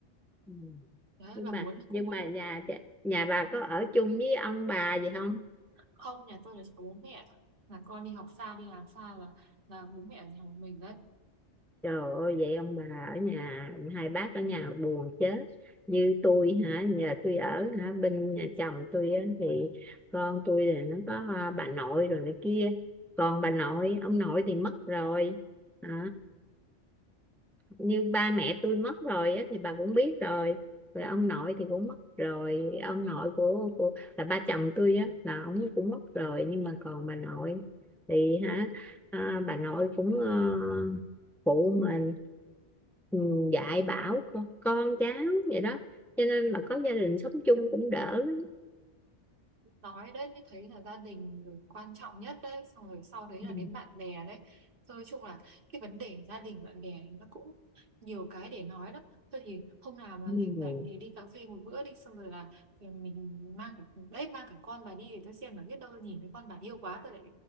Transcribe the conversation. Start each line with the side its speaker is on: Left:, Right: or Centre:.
Centre: Ừ.
Right: đấy
Centre: nhưng
Right: là muốn
Centre: mà
Right: cũng
Centre: nhưng
Right: muốn
Centre: mà nhà nhà bà có ở chung với ông bà gì không
Right: không nhà tôi là chỉ có bố mẹ thôi là con đi học xa đi làm xa là là bố mẹ ở nhà một mình đấy
Centre: Trời ơi vậy ông bà ở nhà hai bác ở nhà buồn chết như tôi hả nhà tôi ở hả bên nhà chồng tôi á, thì con tôi thì nó có à, bà nội rồi này kia còn bà nội ông nội thì mất rồi à, như ba mẹ tôi mất rồi á, thì bà cũng biết rồi rồi ông nội thì cũng mất rồi ông nội của, của là ba chồng tôi á là ông cũng mất rồi nhưng mà còn bà nội thì hả à, bà nội cũng ờ, phụ mình ừ, dạy bảo con, con cháu vậy đó cho nên là có gia đình sống chung cũng đỡ lắm
Right: nói đấy mới thấy là gia đình rồi quan trọng nhất đấy xong rồi sau đấy là
Centre: Ừ.
Right: đến bạn bè đấy Rồi nói chung là cái vấn đề gia đình bạn bè thì nó cũng nhiều cái để nói đó thôi thì hôm nào mà
Centre: Ừ.
Right: rảnh rảnh thì đi cà phê một bữa đi xong rồi là ừ, mình mang cả đấy mang cả con bà đi thì tôi xem là biết đâu nhìn thấy con bà yêu quá tôi lại